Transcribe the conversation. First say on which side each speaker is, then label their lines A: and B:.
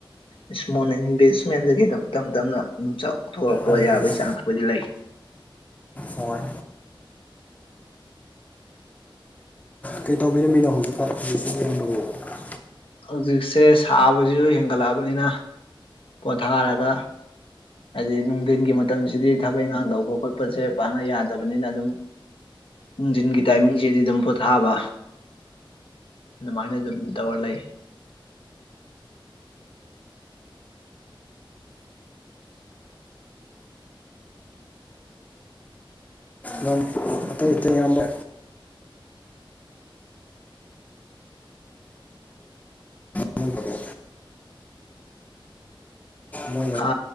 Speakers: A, on the left (about 75°); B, on the left (about 15°).
A: ꯏꯁꯃꯣꯜ ꯏꯟꯚꯦꯁꯃꯦꯟꯗꯒꯤ ꯑꯗꯨꯝ ꯇꯞ ꯇꯞꯅ ꯑꯗꯨꯨꯝ ꯆꯥꯎꯊꯣꯔꯛꯄ
B: ꯇꯞ
A: ꯌꯥꯕꯒꯤ
B: ꯇꯞꯅ
A: ꯆꯥꯟꯁꯄꯨꯗꯤ ꯂꯩ
B: ꯍꯣꯏ ꯀꯩ ꯇꯧꯕꯕꯤꯔꯝꯃꯤꯅꯣ ꯍꯧꯖꯤꯛꯀꯔ ꯍꯧꯖꯤꯛꯁꯨ ꯏꯔꯥꯡꯗꯧꯕ
A: ꯍꯧꯖꯤꯛꯁꯦ ꯁꯥꯕꯁꯤꯁꯨ ꯍꯦꯟꯒꯠꯂꯛꯑꯕꯅꯤꯅ ꯄꯣꯊꯥꯔꯒ ꯍꯥꯏꯗꯤ ꯅꯨꯡꯊꯤꯟꯜꯒꯤ ꯃꯇꯝꯁꯤꯗꯤ ꯊꯕꯛ ꯏꯪꯈꯥꯡ ꯇꯧꯕ ꯈꯣꯠꯄꯁꯦ ꯄꯥꯛꯅ ꯌꯥꯗꯕꯅꯤꯅ ꯑꯗꯨꯝ ꯖꯤꯟꯒꯤ ꯇꯥꯏꯃꯤꯡꯁꯤꯗꯤ ꯑꯗꯨꯝ ꯄꯣꯊꯥꯕ ꯑꯗꯨꯃꯥꯏꯅ ꯑꯗꯨꯝ ꯇꯧꯔ ꯂꯩ
B: ꯅꯪ ꯑꯇꯩ ꯏꯇꯩ ꯑꯌꯥꯝꯕ ꯍꯣꯠꯅꯕꯗꯣ ꯃꯣꯏꯅ
A: ꯑ